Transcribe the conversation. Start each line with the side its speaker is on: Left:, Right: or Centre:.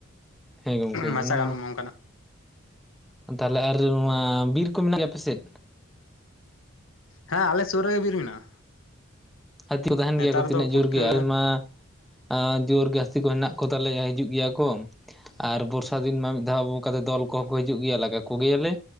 Centre: ᱦᱮᱸ ᱜᱚᱢᱠᱮ
Left: ᱢᱟᱪᱟ
Centre: ᱚᱱᱟ
Left: ᱜᱟᱱᱚᱜ ᱢᱟ ᱚᱱᱠᱟᱱᱟᱜ
Centre: ᱛᱟᱦᱚᱞᱮ ᱟᱨ ᱱᱚᱣᱟ ᱵᱤᱨ ᱠᱚ ᱢᱮᱱᱟᱜ ᱜᱮᱭᱟ ᱟᱯᱮᱥᱮᱫ?.
Left: ᱦᱮᱸ ᱟᱞᱮ ᱥᱩᱨ ᱨᱮᱜᱮ ᱵᱤᱨ ᱢᱮᱱᱟᱜᱼᱟ᱾
Centre: ᱦᱟᱹᱛᱤ ᱠᱚ ᱛᱟᱦᱮᱱ
Left: ᱱᱮᱛᱟᱨ
Centre: ᱜᱮᱭᱟ ᱠᱚ ᱛᱤᱱᱟᱹᱜ
Left: ᱫᱚ ᱯᱩᱴᱠᱟᱹ
Centre: ᱡᱳᱨ ᱜᱮ ᱟᱭᱢᱟᱻ ᱟ ᱡᱳᱨ ᱡᱟᱹᱥᱛᱤ ᱠᱚ ᱦᱮᱱᱟᱜ ᱠᱚᱛᱟᱞᱮᱭᱟ ᱦᱤᱡᱩᱜ ᱜᱮᱭᱟ ᱠᱚ ᱟᱨ ᱵᱚᱨᱥᱟ ᱫᱤᱱ ᱢᱟ ᱢᱤᱫ ᱫᱷᱟᱣ ᱚᱱᱠᱟᱛᱮ ᱫᱚᱞ ᱠᱚᱦᱚᱸ ᱠᱚ ᱦᱤᱡᱩᱜ ᱜᱮᱭᱟ ᱞᱟᱜ ᱠᱚ ᱜᱮᱭᱟᱞᱮ᱾